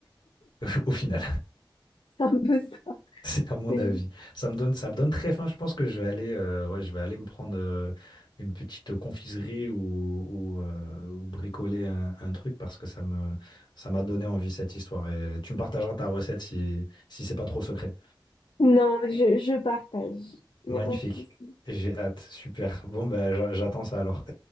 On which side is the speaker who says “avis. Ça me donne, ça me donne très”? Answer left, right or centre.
Left